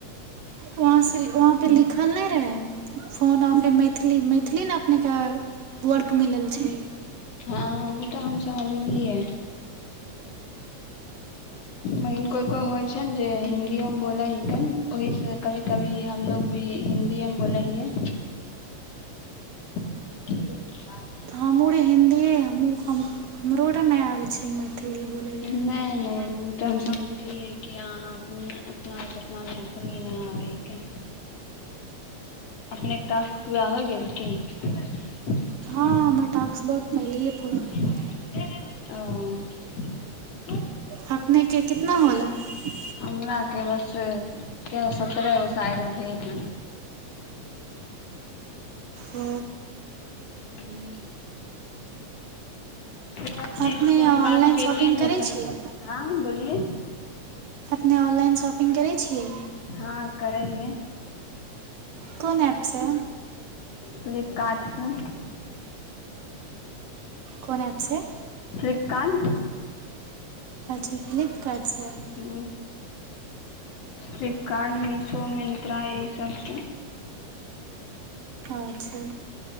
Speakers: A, on the right; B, on the left.
A: वहाँ से वहाँ पे लि- लिखल नहि रहै फोन आफे मैथिली मैथिली ने अपनेके वर्क मिलल छै
B: हँ ओ तऽ हम समझलियै मगिन कोइ कोइ होइ छै ने जे हिंदिओमे बोलै हिकन ओहीसँ कभी कभी हमलोग भी हिंदिएमे बोलै हियै <unintelligible>
A: हमहूँ आर हिन्दिए हमहूँ हमरो आर नहि आबै छै मैथिली बोलैलाए
B: नहि नहि ओ तऽ हम समझलियै कि अहाँ अपना अपना मैथिली नहि आबैके अपनेके टास्क पूरा होइ गेल की <unintelligible>
A: टास् बहुत पहिले ह कइ गेल
B: ओ <unintelligible>
A: हकने के कितना होलै ह <inaudible>
B: हमराकरे बस कएगो सत्रह गो साालि भेल हन
A: ओ
B: ह फ अपनेसँ
A: अपने
B: हम
A: ऑनलाइन
B: बात केलियै
A: शॉपिंग
B: ने
A: करै छियै
B: हँ बोलिे
A: अपने ऑनलाइन शॉपिंग करै छियै
B: हँ करै हियै
A: कोन एपसँ
B: फ्लिपकार्ट सँ
A: कोन एपसँ
B: फ्लिपकार्न
A: अच्छा फ्लिपकार्ट
B: ह प कार्ट मिशो मिन्त्रा एहि सबसँ
A: अच्छा